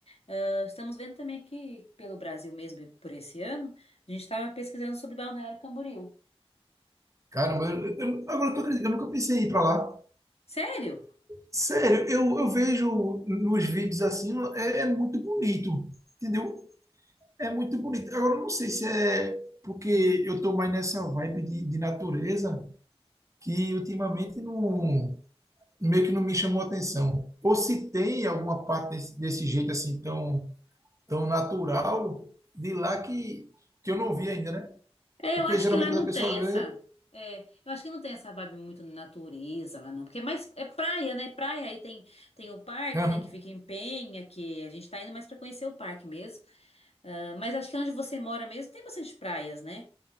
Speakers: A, on the left; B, on the right.
A: Ah, estamos vendo também aqui pelo Brasil mesmo por esse ano, a gente estava pesquisando sobre Balneário Camboriú.
B: Caramba, eu, eu- agora eu tô acreditando, eu nunca pensei em ir pra lá.
A: Sério?
B: Sério, eu, eu vejo nos vídeos assim, é, é muito bonito, entendeu? É muito bonito. Agora, eu não sei se é porque eu tô mais nessa vibe de, de natureza, que ultimamente não, meio que não me chamou atenção. Ou se tem alguma parte desse, desse jeito assim, tão, tão natural, de lá que, que eu não vi ainda, né?
A: É,
B: Porque
A: eu acho
B: geralmente
A: que lá
B: quando
A: não
B: a pessoa
A: tem essa.
B: vê,
A: É, eu acho que não tem essa vibe muito natureza lá não, porque é mais é praia, né? Praia aí tem tem o parque,
B: aham,
A: né, que fica em Penha, que a gente tá indo mais para conhecer o parque mesmo. Ah, mas acho que onde você mora mesmo tem bastante praias, né?